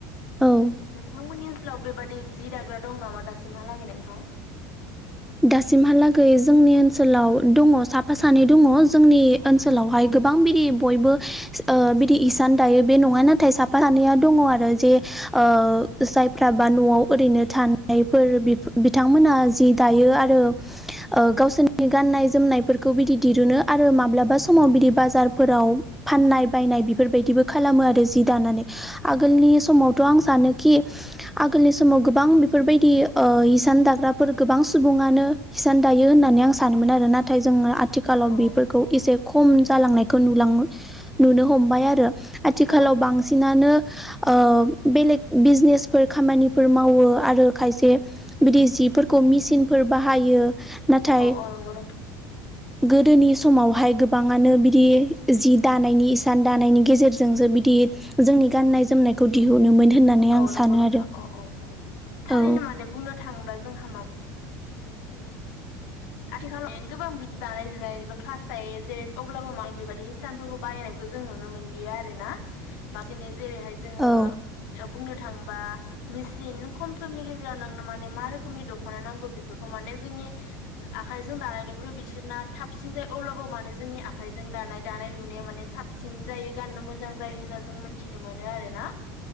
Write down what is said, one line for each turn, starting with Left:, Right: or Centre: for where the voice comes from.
Centre: औ
Left: नोंथांमोननि ओनसोलाव बेबादि जि दाग्रा दं नामा दासिमहालागै नोंथां?
Centre: दासिमहालागै जोंनि ओनसोलाव दङ साफा सानै दङ जोंनि
Left: औ
Centre: ओनसोलावहाय
Left: नोंथां
Centre: गोबां बिदि बयबो ओ बिदि इसान दायो बे नङा नाथाय साफा सानैया दङ आरो जे ओ जायफ्रा बा न'आव ओरैनो थानायफोर बिथांमोना जि दायो आरो ओ गावसोरनि गाननाय जोमनायफोरखौ बिदि दिरुनो आरो माब्लाबा समाव इदि बाजारफोराव फाननाय बायनाय बेफोरबायदिबो खालामो आरो जि दानानै आगोलनि
Left: औ
Centre: समावथ' आं सानो कि आगोलनि समाव गोबां बेफोरबायदि ओ हिसान दाग्राफोरखौ गोबां सुबुङानो हिसान दायो होननानै आं सानोमोन आरो नाथाय जोङो आथिखालाव
Left: औ
Centre: बेफोरखौ एसे खम जालांनायखौ नुलां नुनो हमबाय आरो आथिखालाव
Left: औ
Centre: बांसिनानो ओ बेलेग बिजनेसफोर खामानिफोर मावो आरो खायसे बिदि जिब फोरखौ मेसिनफोर बाहायो। नाथाय
Left: अ अ नंगौ नोंथां।
Centre: गोदोनि समावहाय गोबाङानो बिदि जि दानायनि इसान दानायनि गेजेरजों जों बिदि जोंनि गाननाय जोमनायखौ दिहुनोमोन होननानै
Left: औ
Centre: आं
Left: नंगौ
Centre: सानो
Left: नोंथां
Centre: आरो
Left: औ औ औ, थारैनो
Centre: औ
Left: माने बुंनो थाङोबा जोंहा मा आथिखालाव गोबां बिदि दानाय लुनायनिबो क्लास थायो जेरै अब्लाबो मानि बेबायदि हिसानफोरखौ बायनाय जों नुनो मोनलिया आरोना। बांसिनो जेरैहाय जोङो
Centre: औ
Left: ओ बुंनो थाङोबा मेचिन खम समनि गेजेराव नोंनो माने मा रोखोमनि दख'ना नांगौ बेफोरखौ माने जोंनि आखाइजों दानायनिख्रुइ बिसोरना थाबसिन जायो अब्लाबो मानोे जोंनि आखाइजों दानाय दानाय लुनाया माने साबसिन जायो गाननो मोजां जायो होनना जों मोनथिनो मोनो आरो ना।